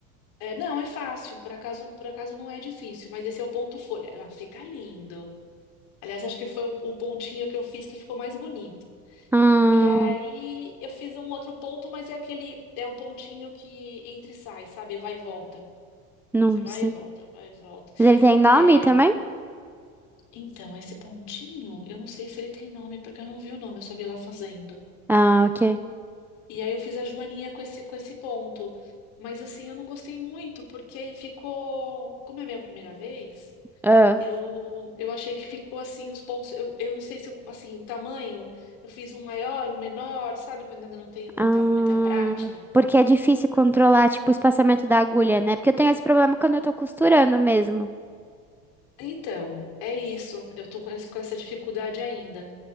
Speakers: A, on the left (about 65°); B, in the centre.
A: É, não, é fácil, por acaso, por acaso não é difícil, mas esse é o ponto folha. Ah, fica lindo. Aliás, acho que foi o, o pontinho que eu fiz que ficou mais bonito.
B: Hum,
A: E aí eu fiz um outro ponto, mas é aquele, é o pontinho que entra e sai, sabe? Vai e volta.
B: não
A: Você vai
B: sei.
A: e volta, vai e volta.
B: Mas ele tem nome
A: É,
B: também?
A: então, esse pontinho, eu não sei se ele tem nome, porque eu não vi o nome, eu só vi lá fazendo.
B: Ah, ok.
A: E aí eu fiz a joaninha com esse, com esse ponto. Mas assim, eu não gostei muito, porque ficou. Como é a minha primeira vez,
B: Ah,
A: eu, eu achei que ficou assim, os pontos. Eu, eu não sei se eu, assim, o tamanho, eu fiz um maior, um menor, sabe? Quando ainda não tenho muita,
B: ah,
A: muita prática.
B: porque é difícil controlar, tipo, o espaçamento da agulha, né? Porque eu tenho esse problema quando eu tô costurando mesmo.
A: Então, é isso. Eu tô com esse- com essa dificuldade ainda.